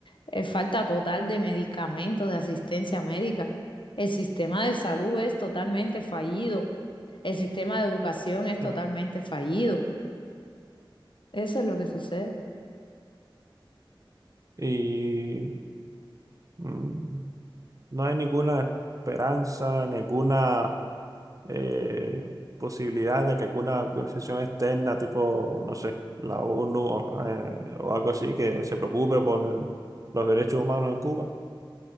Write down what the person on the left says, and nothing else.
eh, falta total de medicamentos, de asistencia médica. El sistema de salud es totalmente fallido. El sistema de educación es totalmente
fallido. Eso es lo que sucede.